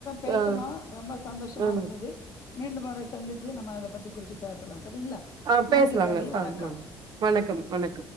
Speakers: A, on the left; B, on the right.
A: பேசனு
B: அ
A: ரொம்ப சந்தோஷமாருந்தது
B: ம்
A: மீண்டும் மொறை சந்திச்சு நம்ம அதப்பத்தி குறிச்சு பேசலாங் சரிங்களா
B: ஆ
A: நன்றி
B: பேசலாங்க
A: தோழி
B: சா
A: வணக்கம்
B: வணக்கம் வணக்கம்